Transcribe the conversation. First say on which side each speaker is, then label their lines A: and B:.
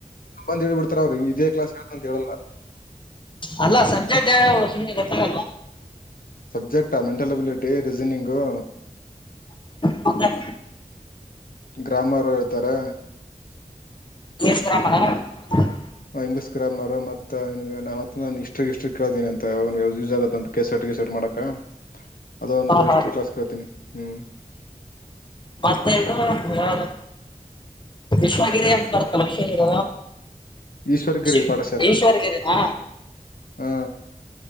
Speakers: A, on the left (about 80°); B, on the left (about 35°).
A: <unintelligible> ಹೇಳಿ ಬಿಡ್ತಾರ ಅವ್ರಿ ಇದೇ ಕ್ಲಾಸ್ ಹೇಳ್ತಂತ ಹೇಳಲ್ಲ
B: ಅಲ್ಲ ಸಬ್ಜೆಕ್ಟ್ ಯಾವ್ಯಾವ ಸುಮ್ಮಿ ಗೊತ್ತಾಗಲ್.
A: Subject mental ability reasoning.
B: ಮದ <inaudible>
A: ಗ್ರಾಮರ್ ಹೇಳ್ತಾರ.
B: <unintelligible>
A: ಇಂಗ್ಲಿಷ್ ಗ್ರಾಮರ್ ಮತ್ತ ಇಷ್ಟ್ರ ಇಷ್ಟ ಕೇಳೋನಿ ಅಂತ ಯೂಸ್ ಆಗಂತ. ಕೆಸಟ್ ಗಸರ್ಟ್ ಮಾಡಕ ಅದ ಒಂದು
B: ಹಾ ಹಾ
A: ಹಿಸ್ಟ್ರಿ ಕ್ಲಾಸ್ ಕರತೀನಿ ಹ್ಮ್.
B: ಮತ್ತೈದು ಅವ ವಿಶ್ವಗಿರಿ ಅಂತ ಬರ್ತಲ್ಲ ವಿಶ್ವಗಿರಿ.
A: ಈಶ್ವರಗಿರಿ
B: ಶಿವ್
A: ಪಾಠಶಾಲೆ
B: ಈಶ್ವರಗಿರಿನಾ
A: ಹಾ.